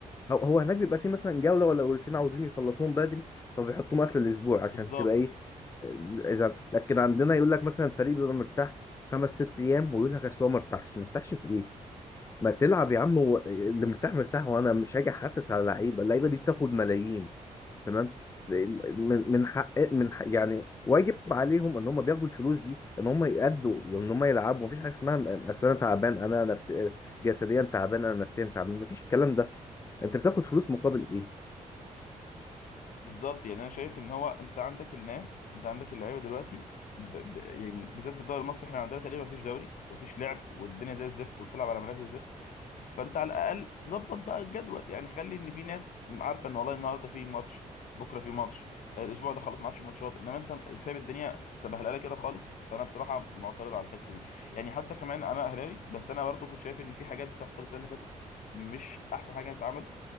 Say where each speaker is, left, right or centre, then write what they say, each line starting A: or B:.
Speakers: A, on the left (about 20°); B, on the left (about 70°).
A: هو هو هناك بيبقى فيه مثلا جولة ولا جولتين عاوزين يخلصوهم بدري فبيحطوهم آخر الأسبوع عشان
B: بالظبط
A: تبقى إيه آه، إذا لكن عندنا يقول لك مثلا فريق بيبقى مرتاح خمس ست أيام ويقول لك أصل هو ما ارتاحش ما ارتاحش في إيه؟ ما تلعب يا عم و... اللي مرتاح مرتاح وأنا مش هاجي أحسس على لعيبة اللعيبة دي بتاخد ملايين تمام من من حق من حق يعني واجب عليهم ان هم بياخدوا الفلوس دي ان هم يأدوا ان هم يلعبوا مفيش حاجه اسمها م- اصل انا تعبان انا نفسي جسديا تعبان انا نفسيا تعبان مفيش الكلام ده انت بتاخد فلوس مقابل ايه
B: بالظبط يعني انا شايف ان هو انت عندك الناس انت عندك اللعيبه دلوقتي ب... ب... يعني بالذات في الدوري المصري احنا عندنا تقريبا مفيش دوري مفيش لعب والدنيا زي الزفت وبتلعب على ملاعب زي الزفت فانت على الاقل ظبط بقى الجدول يعني خلي ان في ناس عارفه ان والله النهارده في ماتش بكره في ماتش آه، الاسبوع ده خلاص ما عادش في ماتشات انما انت سايب الدنيا سبهلله كده خالص فانا بصراحه معترض على الحته دي يعني حتى كمان انا اهلاوي بس انا برضو كنت شايف ان في حاجات بتحصل السنه اللي فاتت مش احسن حاجه تتعمل